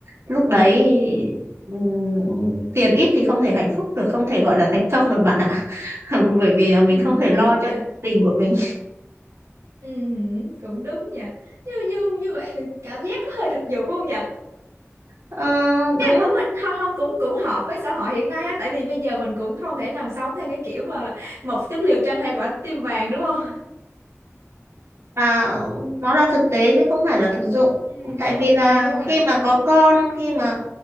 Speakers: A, on the right; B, on the right.
A: lúc đấy ừm, tiền ít thì không thể hạnh phúc được, không thể gọi là thành công được bạn ạ. <laughs> Bởi vì mình
B: ừ
A: không thể
B: cũng
A: lo
B: đúng
A: cho
B: nha.
A: gia đình của mình.
B: Ừ, hử, cũng đúng nha. Như như như vậy thì cảm giác có hơi thực dụng không nhỉ?
A: Ờ,
B: Chắc
A: đúng
B: đúng rồi, không, không cũng cũng hợp với xã hội hiện nay ha, tại vì bây giờ mình cũng không thể nào sống theo cái kiểu mà một chút liều tranh hai quả tim vàng đúng không?
A: à, nó là thực tế chứ không phải là thực dụng
B: Ừ,
A: tại
B: đúng rồi,
A: vì là
B: đúng rồi,
A: khi
B: đúng
A: mà
B: rồi.
A: có con khi mà